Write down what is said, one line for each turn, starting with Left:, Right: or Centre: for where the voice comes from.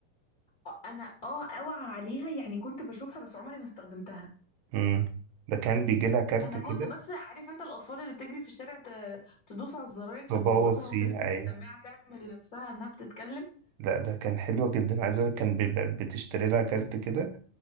Left: اه انا اه اوعى عليها يعني كنت بشوفها بس عمري ما استخدمتها
Right: امم ده كان بيجي لها كارت
Left: انا
Right: كده
Left: كنت بس عارف انت الاطفال اللي بتجري في الشارع ت- تدوس على الزراير تبوظها
Right: تبوظ
Left: وتمسك
Right: فيها ايوه
Left: السماعه تعمل نفسها انها بتتكلم
Right: لا ده كان حلوة جدا عايز اقولك كان بيبقى بتشتري لها كارت كده